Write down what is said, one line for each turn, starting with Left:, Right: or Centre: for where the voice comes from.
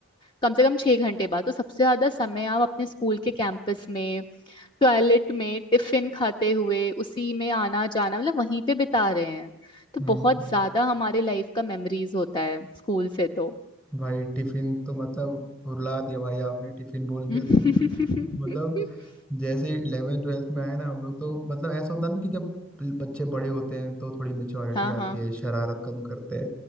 Left: कम से कम छह घंटे बाद तो सबसे ज्यादा समय आप अपने स्कूल के कैंपस में टॉयलेट में टिफिन खाते हुए उसी में आना जाना मतलब वहीं पे बिता रहे हैं तो
Centre: हम्म
Left: बहुत ज्यादा हमारे लाइफ का मेमोरीज होता है स्कूल से तो
Centre: भाई टिफिन तो मतलब रुला दिया भाई आपने टिफिन बोल के
Left: <laughs>
Centre: तो मतलब जैसे इलेवेंथ ट्वेल्थ में आए ना हम लोग तो मतलब ऐसा होता है ना कि जब ब- बच्चे बड़े होते हैं तो थोड़ी मेच्योरिटी
Left: हाँ
Centre: आती
Left: हाँ
Centre: है शरारत कम करते हैं